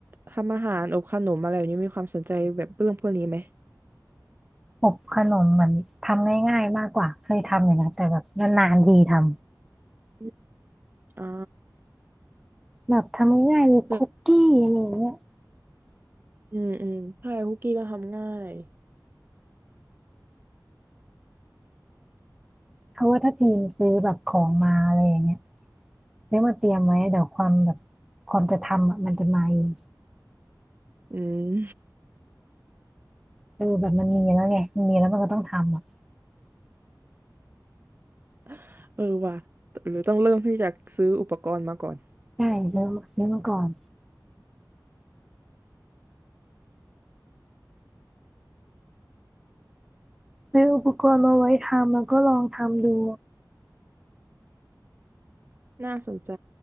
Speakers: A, on the right; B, in the centre.
A: ทำอาหารอบขนมอะไรแบบนี้มีความสนใจแบบเรื่องพวกนี้ไหม
B: อบขนมมันทำง่ายๆมากกว่าเคยทำอยู่นะแต่แบบนานๆทีทำ
A: อมอ่า
B: แบบทำง่ายๆเลยคุกกี้อะไรอย่างเงี้ย
A: แล้วอืมอืมใช่คุกกี้ก็ทำง่าย
B: เพราะว่าถ้าทีมซื้อแบบของมาอะไรอย่างเงี้ยซื้อมาเตรียมไว้เดี๋ยวความแบบความจะทำอ่ะมันจะมาเอง
A: อืม
B: เออแบบมันมีแล้วไงมันมีแล้วมันก็ต้องทำอ่ะ
A: <laughs> เออว่ะหรือต้องเริ่มที่จะซื้ออุปกรณ์มาก่อน
B: ใช่ซื้อมาซื้อมาก่อนซื้ออุปกรณ์มาไว้ทำแล้วก็ลองทำดู
A: น่าสนใจ